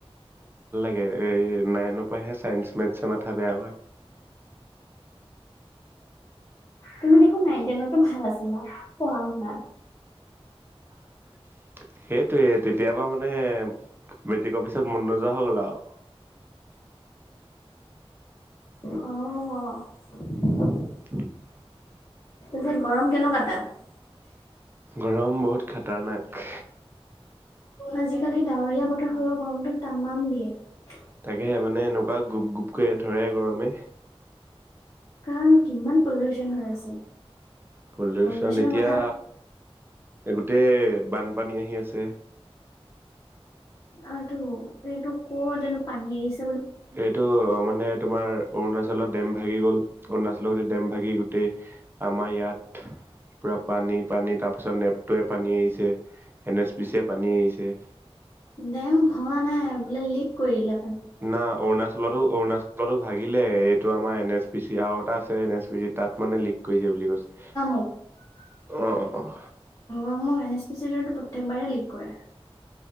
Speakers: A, on the right (about 20°); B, on the left (about 30°).
A: এ -এই নাইনৰ পৰাহে চাইন্স মেথছ মাথা বেয়া হয়।
B: তুমি দেখোন নাইন টেনতো ভাল আছিলা, পঢ়া শুনাত।
A: <unintelligible> সেইটোৱে তেতিয়াবা বা মানে মেট্ৰিকৰ পিছত মন নোযোৱা হৈ গ'ল আওঁ।
B: অ',
A: <unintelligible>
B: তাৰপিছত গৰম কেনেকুৱা তাত?
A: গৰম বহুত খতৰনাক।
B: আজিকালি ডাৱৰীয়া বতৰ হৈও গৰমটো তামাম দিয়ে।
A: তাকেহে মানে এনেকুৱা গুপ-গুপকৈ ধৰে গৰমে।
B: কাৰণ কিমান পলিউচন হৈ আছে।
A: পল্লিউচন
B: পলিউচনৰ
A: এতিয়া
B: কথা
A: গোটেই বানপানী আহি আছে।
B: আটো এইটো কৰ যানো পানী আহিছে।
A: এইটো মানে তোমাৰ অৰুণাচলত ডেম ভাগি গ'ল, অৰুণাচলত ডেম ভাগি গোটেই আমাৰ ইয়াত পূৰা পানী পানী তাৰপিছত নেপটোৱে পানী এৰি এন এছ পিছে পানী আহিছে।
B: ডেম ভঙা নাই বোলে লিক কৰিলে।
A: না অৰুণাচলতো-অৰুণাচলতো ভাগিলে। এইটো আমাৰ এন এছ পি চি আৰু এটা আছে এন এছ পি চিত। তাত মানে লিক কৰিছে বুলি কৈছে।
B: <inaudible>
A: অহ, অহ।
B: অ মোক এন এছ পি চি প্ৰত্যেকবাৰেই লিক কৰে।